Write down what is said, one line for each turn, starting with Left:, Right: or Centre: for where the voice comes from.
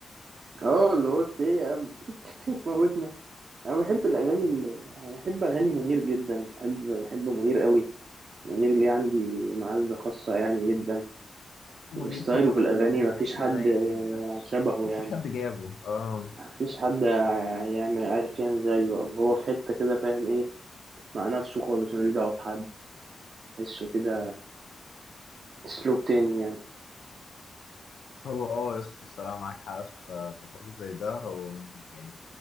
Right: اه اللي هو إنت ايه يا عم <laughs> تموتنا انا بحب الاغاني اللي... بحب اغاني منير جدا بحب بحب منير قوي منير اللي عندي معزة خاصة يعني جدا
Left: منير
Right: وستايله
Left: طبعا
Right: في الأغاني
Left: من
Right: مفيش
Left: الناس
Right: حد
Left: الرايقة
Right: آه،
Left: جدا
Right: شبهه
Left: مفيش
Right: يعني
Left: حد جابه اه
Right: مفيش حد يعمل عارف يعمل زيه أو هو في حتة كده فاهم إيه مع نفسه خالص ملوش دعوة بحد تحسه كده أسلوب تاني يعني
Left: هو اه يا اسطى الصراحة معاك حق في في حوار زي ده هو يعني